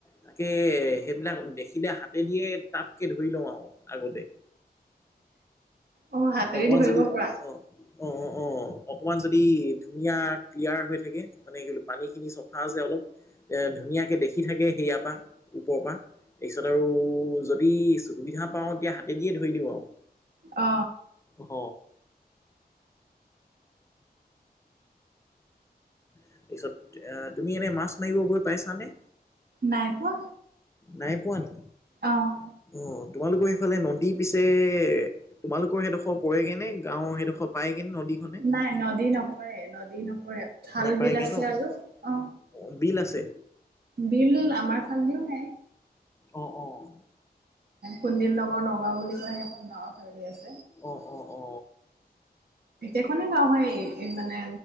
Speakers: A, on the left (about 15°); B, on the right (about 75°).
A: তাকে সেইবিলাক দেখি কিনে হাতে দিয়ে তটাপকে ধৰি লওঁ আৰু আগতে
B: অ', হাতেদি
A: অকমান
B: ধৰিব
A: যদি
B: পৰা
A: অ অ অ অকণমান যদি ধুনীয়া ক্লিয়াৰ হৈ থাকে মানে কি পানীখিনি চফা যে অলপ ধুনীয়াকে দেখি থাকে সেয়াৰ পৰা ওপৰৰ পৰা। তাৰপিছত আৰু যদি সুবিধা পাওঁ তেতিয়া হাতে দিয়ে ধৰি দিওঁ আৰু
B: অ
A: ঘ তাৰপিছত এ তুমি এনে মাছ মাৰিব গৈ পাইছানে
B: নাই পোৱা
A: নাই পোৱা নে
B: অ',
A: অ তোমালোকৰ সেইফালে নদী পিছে তোমালোকৰ সেইডোখৰ পৰা কেনে গাঁৱৰ সেইডোখৰ পায় কেনে নদীখনে
B: নাই নদী নপৰে নদী নপৰে খাল
A: নাপায়গে
B: বিল আছে
A: ন?
B: আৰু অ
A: অ', বিল আছে?
B: বিল আমাৰ খালদিও নাই
A: অঁ অঁ
B: কুন্দিল নগৰ নগাঁও বুলি কয় সেইখন গাঁওৰ ভালি আছে
A: অ অ অ
B: এখনেই গাঁও হয় মানে